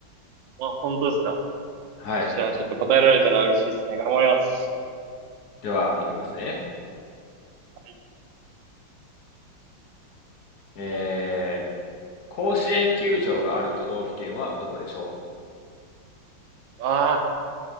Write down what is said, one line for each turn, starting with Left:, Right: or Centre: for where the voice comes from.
Right: あ、本当ですか。
Left: はい。
Right: よっしゃ、ちょっと答えられたら嬉しいですね。頑張ります。
Left: では、いきますね。
Right: はい。
Left: えー、甲子園球場がある都道府県はどこでしょ
Right: あ